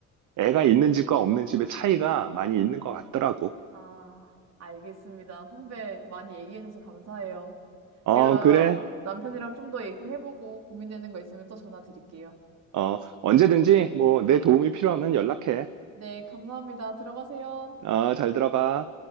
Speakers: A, on the right (about 75°); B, on the right (about 60°).
A: 애가 있는 집과 없는 집의 차이가 많이 있는 것 같더라고.
B: 아, 알겠습니다. 선배 많이 얘기해줘서 감사해요.
A: 어,
B: 제가
A: 그래.
B: 남편이랑 좀 더 얘기해보고 고민되는 거 있으면 또 전화 드릴게요.
A: 어, 언제든지 뭐 내 도움이 필요하면 연락해.
B: 네, 감사합니다. 들어가세요.
A: 어, 잘 들어가.